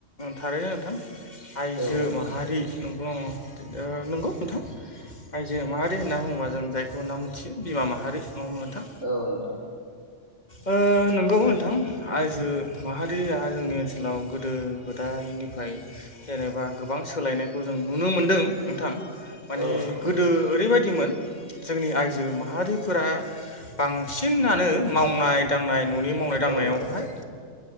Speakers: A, on the left; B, on the left.
A: थारैनो नोंथां आइजो
B: औ नोंथां
A: माहारि नंगौ नामा नंगौ नोंथां आइ जो माहारि होनना बुङोबा जों जायखौ होनना मोनथियो बिमा माहारि नोंथां
B: औ नोंथां
A: ओ नंगौ नोंथां आइजो माहारिया जोंनि ओनसोलाव गोदो गोदाय निफ्राय जेनेबा गोबां सोलायनायखौ जों नुनो मोनदों नोंथां। माने
B: औ नोंथां
A: गोदो ओरैबाय दिमोन जोंनि आइजो माहारिफोरा बांसिनानो मावनाय दांनाय न'नि मावनाय दांनायावहाय
B: औ नोंथां